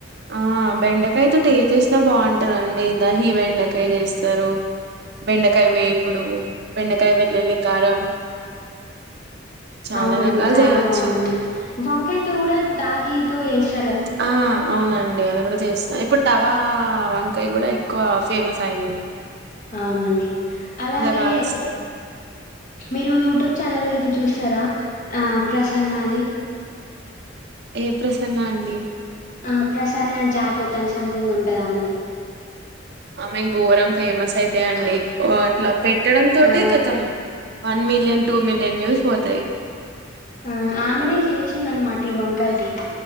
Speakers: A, on the right; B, on the left.
A: ఆ బెండకాయతో టేస్ చేసినా బాగుంటదండి దహీ బెండకాయ ఇకాే చేస్తారు బెండకాయ వేపుడు బెండకాయ వెల్లుల్లి కారం చాలా
B: అవునండి
A: రకాలు
B: చాలా
A: చేయవచ్చు
B: బాగుండండి వంకాయతో కూడా దాహీ సో ఎస్
A: ఆ అవునండి అండి అది కూడా చేస్తు ఇప్పుడు తవా వంకాయ కూడా ఎక్కువ ఫేమస్ అయి్యంది
B: అవునండి అలాగే
A: కాల్స్తారు
B: మీరు యూట్యూబ్ ఛానల్ల్లో ఇది చూస్తారా ప్రసన్నది
A: ఏ ప్రసన్న అండి
B: ఆ ప్రసన్న జాటుో తం సంథింగ్ ఉంటదా మది
A: ఆమె ఘోరం ఫేమస్ అయితే అండి
B: అ
A: అట్లా పెట్టడం తోటే
B: ఆ!
A: కతం one million two million views పోతాయి
B: ఆ ఆమెనే చేసింది అనమాట ఈ వంకాయది